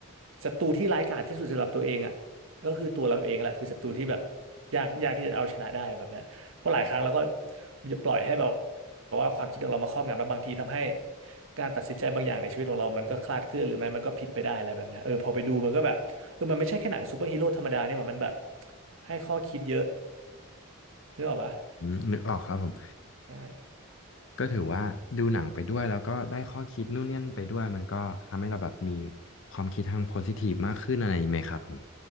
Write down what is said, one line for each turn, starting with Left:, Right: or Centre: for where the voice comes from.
Right: ศัตรูที่ร้ายกาจที่สุดสำหรับตัวเองอ่ะก็คือตัวเราเองแหละคือศัตรูที่แบบยากยากที่จะเอาชนะได้แบบเนี้ยเพราะหลายครั้งเราก็จะปล่อยให้แบบว่าความคิดของเรามาครอบงำแล้วบางทีทำให้การตัดสินใจบางอย่างในชีวิตของเรามันก็คลาดเคลื่อนหรือไม่มันก็ผิดไปได้อะไรแบบเนี้ยเออพอไปดูมันก็แบบเออมันไม่ใช่แค่หนังซูเปอร์ฮีโร่ธรรมดานี่หว่ามันแบบให้ข้อคิดเยอะนึกออกปะ
Left: อืมนึกออกครับผม
Right: ใช่
Left: ก็ถือว่าดูหนังไปด้วยแล้วก็ได้ข้อคิดนู่นนี่ยนไปด้วยมันก็ทำให้เราแบบมีความคิดทางโพซิทีฟมากขึ้นอะไรอย่างนี้ไหมครับผม